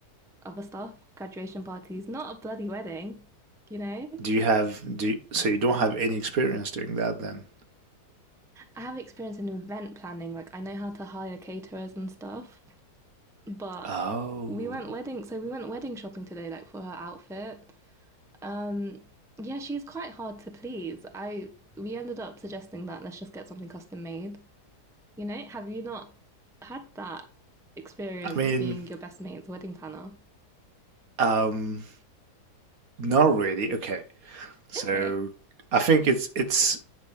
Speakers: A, in the centre; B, on the right (about 60°).
A: other stuff, graduation parties, not a bloody wedding, you know?
B: Do you have do you, so you don't have any experience doing that then?
A: I have experience in event planning, like I know how to hire caterers and stuff. But
B: Oh,
A: we went wedding, so we went wedding shopping today, like for her outfit. Um, yeah, she's quite hard to please. I we ended up suggesting that let's just get something custom made. You know, have you not had that experience
B: I mean,
A: being your best mate's wedding planner?
B: um, not really. Okay. So,
A: Okay.
B: I think it's it's